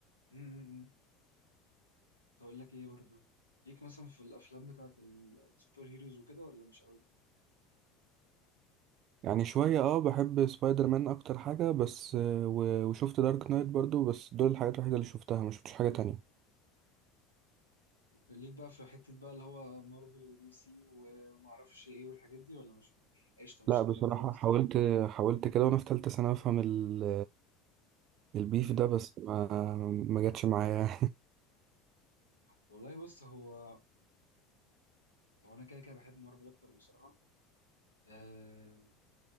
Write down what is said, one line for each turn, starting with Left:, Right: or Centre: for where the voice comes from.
Left: مم، مم، مم. تقول لك ايه برضو ليك مثلا في الافلام بتاعت ال- السوبر هيروز وكده ولا مش قوي
Right: يعني شوية اه بحب سبايدر مان اكتر حاجة بس آه، و- وشفت دارك نايت برضو بس دول الحاجات الوحيدة اللي شفتها ما شفتش حاجة تانية
Left: ليك بقى في حتة بقى اللي هو مارفل ودي سي وما اعرفش ايه والحاجات دي ولا مش يعني قشطة مش
Right: لا
Left: الدرجة
Right: بصراحة
Left: دي
Right: حاولت حاولت كده وانا في تالتة سنة افهم ال- البيف
Left: امم
Right: ده بس ما ما جاتش معايا
Left: والله بص هو هو انا كده كده بحب مارفل اكتر بصراحة آه،